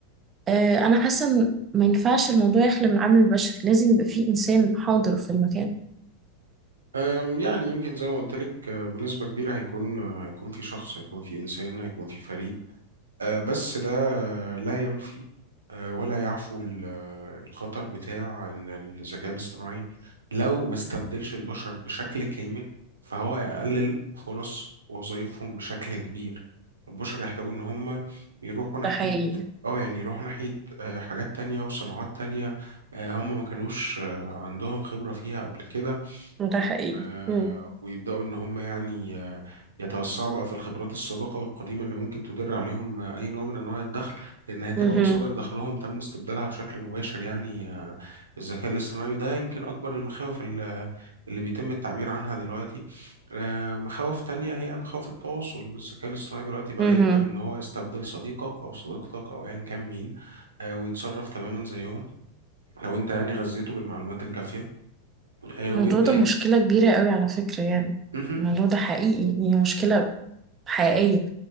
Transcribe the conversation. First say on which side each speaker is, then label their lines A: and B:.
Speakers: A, on the right (about 25°); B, on the right (about 70°).
A: آه، انا حاسه ان ما ينفعش الموضوع يخلى من العامل البشري لازم يبقى فيه انسان حاضر في المكان
B: آم، يعني يمكن زي ما قلت لك آه، بنسبة كبيرة هيكون آه، هيكون في شخص هيكون في إنسان هيكون في فريق آه، بس ده لا ينفي آه، ولا يعفو ال- آه، الخطر بتاع ان الذكاء الاصطناعي لو ما استبدلش البشر بشكل كامل فهو يقلل فرص وظائفهم بشكل كبير البشر يحتاجوا ان هم يروحوا ناحية
A: ده حقيقي
B: اه يعني يروحوا ناحية آه، حاجات تانية وصناعات تانية آه، هم ما كانوش آه، عندهم خبرة فيها قبل كده
A: ده حقيقي
B: آه،
A: مم.
B: ويبدأوا إن هم يعني آه، يتوسعوا بقى في الخبرات السابقة والقديمة اللي ممكن تدر عليهم آه، أي نوع من أنواع الدخل لأن هتبقى
A: مهم.
B: مصادر دخلهم تم استبدالها بشكل مباشر يعني آه، بالذكاء الاصطناعي وده يمكن أكبر المخاوف ال- اللي بيتم التعبير عنها دلوقتي آه، مخاوف تانية هي مخاوف التواصل الذكاء الاصطناعي دلوقتي بقى
A: مهم.
B: يقدر إن هو يستبدل صديقك أو صديقتك أو أيا كان مين آه، ويتصرف تماما زيهم لو أنت يعني غذيته بالمعلومات الكافية آه،
A: الموضوع
B: ويبدأ
A: ده مشكلة كبيرة قوي على فكرة يعني
B: مهم.
A: الموضوع ده حقيقي هي مشكلة حقيقية